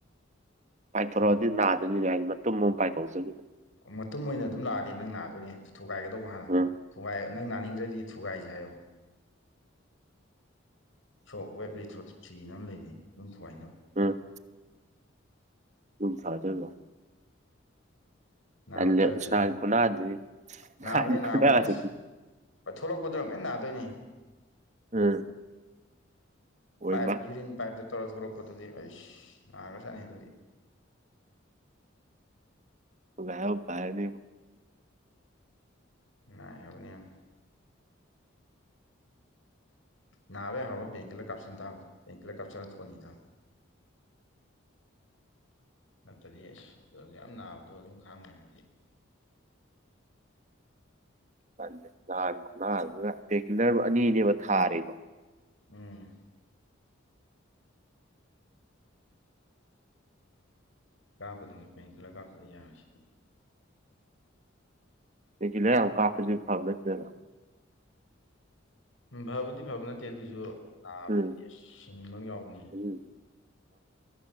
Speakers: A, on the right; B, on the left.
A: ꯄꯥꯏꯊꯣꯔꯛꯑꯗꯤ ꯅꯥꯗꯣꯏꯅꯤꯅꯦ ꯑ ꯃꯇꯨꯝ ꯑꯃꯨꯛ ꯄꯥꯏꯊꯣꯔꯆꯈꯤꯕꯅꯦ
B: ꯑꯣ ꯃꯇꯨꯡ ꯑꯣꯏꯅ ꯑꯗꯨꯝ ꯂꯥꯛꯑꯗꯤ ꯅꯪ ꯅꯗꯣꯏꯅꯦ ꯊꯨꯒꯥꯏꯒꯗꯧꯕ ꯍꯥꯟꯅ
A: ꯎꯝ
B: ꯊꯨꯒꯥꯏ ꯅꯪ ꯅꯥꯅꯤꯡꯗ꯭ꯔꯗꯤ ꯊꯨꯒꯥꯏꯁꯦ ꯍꯥꯏꯌꯣ ꯁꯣꯞ ꯋꯦꯕ ꯂꯤꯇꯣꯠ ꯁꯤꯅ ꯂꯩꯅꯩ ꯝ ꯊꯨꯒꯥꯏꯅꯕ
A: ꯎꯝ ꯑꯗꯨꯝ ꯊꯥꯖꯕꯣ
B: ꯅꯥꯕ
A: ꯇꯜꯂꯦ
B: ꯇꯥꯜꯂꯗꯤ
A: ꯑꯁ
B: ꯑꯗꯨ
A: ꯅꯍꯥꯟ ꯈꯨꯅꯥꯗꯨꯗꯤ
B: ꯅꯥꯕꯅꯦ
A: ꯅꯍꯥꯟ
B: ꯅꯥꯕꯅꯦ
A: ꯈꯨꯅꯥꯗꯨꯗꯤ
B: ꯑꯁ ꯊꯣꯛꯂꯛꯄꯗꯨꯅ ꯑꯃꯨꯛ ꯍꯟꯅ ꯅꯥꯗꯣꯏꯅꯤ
A: ꯎꯝ ꯑꯣꯏꯃꯥ
B: ꯄꯥꯏꯞ ꯌꯔꯤꯟ ꯄꯥꯏꯞ ꯇꯧꯔ ꯊꯂꯛꯄꯗꯨꯗꯤ ꯑꯩꯁ ꯅꯥꯒ꯭ꯔ ꯆꯥꯠꯅꯩ ꯑꯗꯨꯗꯤ
A: <unintelligible>
B: ꯅꯥꯏ ꯍꯥꯏꯕꯅꯤ ꯌꯥꯝ ꯅꯥꯕ ꯌꯥ ꯍꯔ ꯄꯦꯟ ꯀꯂ ꯀꯥꯞꯁꯤꯟ ꯇꯥꯔꯗꯤ ꯄꯦꯟ ꯀꯜꯂꯔ ꯀꯞꯁꯤꯜꯂ ꯊꯣꯡꯅꯤꯈꯤ ꯇꯔ ꯅꯠꯇꯗꯤ ꯑꯁ ꯌꯥꯝ ꯅꯥꯕꯗꯣ ꯑꯗꯨꯝ ꯈꯪꯉꯦꯗꯤ
A: <unintelligible> ꯀꯤꯂꯔ ꯑꯅꯤꯅꯦꯕ ꯊꯥꯔꯤꯕꯣ
B: ꯎꯝ ꯀꯥ <unintelligible> ꯌꯥꯔꯤꯁꯤ
A: ꯄꯦꯟꯀꯤꯂꯜ ꯌꯥꯝ ꯀꯥꯞꯁꯨ ꯐꯕ ꯅꯠꯇꯦꯗ
B: ꯎꯝ ꯐꯕꯗꯤ ꯐꯕ ꯅꯠꯇꯦ ꯑꯗꯨꯁꯨ ꯅꯥꯕꯗꯤ
A: ꯎꯝ
B: ꯑꯁ ꯁꯤꯅꯤꯡꯕ ꯑꯃ ꯌꯥꯎꯕꯅꯤ
A: ꯎꯝ